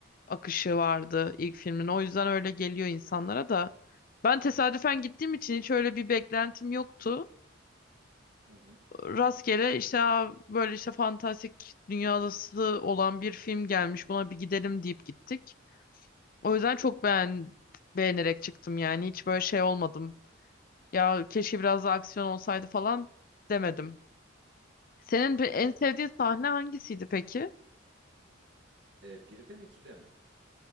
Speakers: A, on the left; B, on the right.
A: akışı vardı ilk filmin. O yüzden öyle geliyor insanlara da. Ben tesadüfen gittiğim için hiç öyle bir beklentim yoktu.
B: Hı hı.
A: Rastgele işte "Aa, böyle işte fantastik dünyası olan bir film gelmiş buna bir gidelim deyip gittik. O yüzden çok
B: Hı
A: beğen
B: hı.
A: beğenerek çıktım yani hiç böyle şey olmadım. Ya keşke biraz daha aksiyon olsaydı falan demedim. Senin bir-
B: Evet,
A: en sevdiğin sahne hangisiydi peki?
B: e, biri de mi ikide mi?